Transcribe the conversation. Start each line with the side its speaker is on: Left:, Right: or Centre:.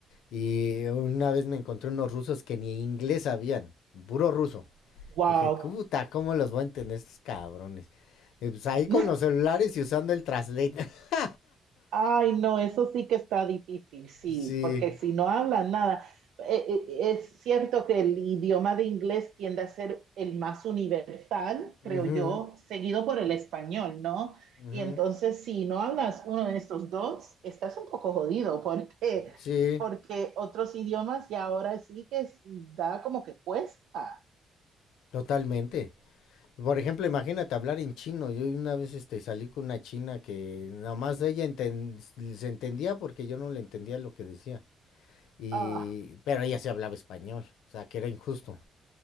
Left: Y una vez me encontré unos rusos que ni inglés sabían, puro ruso.
Right: Wow.
Left: Dije, puta, ¿cómo los voy a entender estos cabrones? Y pues ahí
Right: <laughs>
Left: con los celulares y usando el translate. <laughs>
Right: Ay, no, eso sí que está difícil, sí,
Left: Sí.
Right: porque si no hablan nada, eh, eh, es cierto que el idioma de inglés tiende a ser el más universal, creo
Left: Ujú,
Right: yo, seguido por el español, ¿no?
Left: ujú.
Right: Y entonces, si no hablas uno de estos dos, estás un poco jodido, porque
Left: Sí,
Right: porque otros idiomas y ahora sí que es- da como que cuesta.
Left: totalmente. Por ejemplo, imagínate hablar en chino. Yo una vez este, salí con una china que nada más ella enten- se entendía porque yo no le entendía lo que decía. Y,
Right: Ah,
Left: pero ella sí hablaba español, o sea, que era injusto.